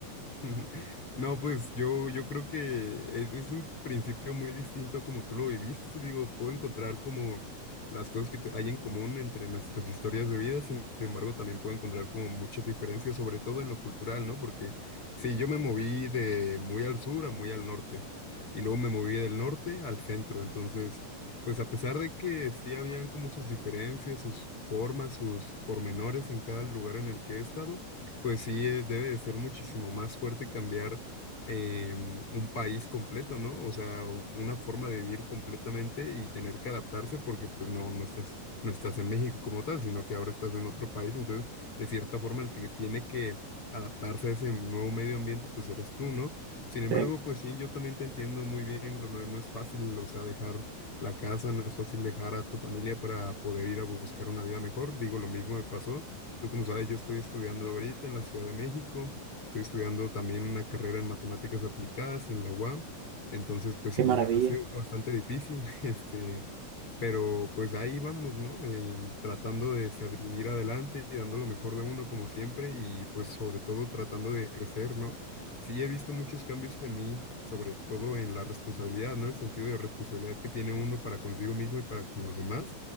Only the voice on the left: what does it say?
<laughs> No, pues yo, yo creo que es, es un principio muy distinto a como tú lo viviste. Digo, puedo encontrar como las cosas que te- hay en común entre nuestras historias de vida, sin embargo, también puedo encontrar como muchas diferencias, sobre todo en lo cultural, ¿no? Porque sí, yo me moví de muy al sur a muy al norte, y luego me moví del norte al centro. Entonces, pues a pesar de que sí habían como sus diferencias, sus formas, sus pormenores en cada lugar en el que he estado. Pues sí, eh, debe de ser muchísimo más fuerte cambiar em, un país completo, ¿no? O sea, o una forma de vivir completamente y tener que adaptarse porque pues no, no estás, no estás en México como tal, sino que ahora estás en otro país. Entonces, de cierta forma, el que tiene que adaptarse a ese nuevo medio ambiente, pues eres tú, ¿no? Sin embargo,
pues sí, yo también te entiendo muy bien, lo- no, no es fácil, o sea, dejar la casa, no es fácil dejar a tu familia para poder ir a buscar una vida mejor. Digo, lo mismo me pasó. Tú, como sabes, yo estoy estudiando ahorita en la Ciudad de México. Estoy estudiando también una carrera en matemáticas aplicadas en la UAM. Entonces, pues
sí,
ha sido bastante difícil, <laughs> este, pero pues ahí vamos, ¿no? Em, tratando de salir adelante y dando lo mejor de uno como siempre y pues sobre todo tratando de crecer, ¿no? Sí, he visto muchos cambios en mí, sobre todo en la responsabilidad, ¿no? El sentido de responsabilidad que tiene uno para consigo mismo y para con los demás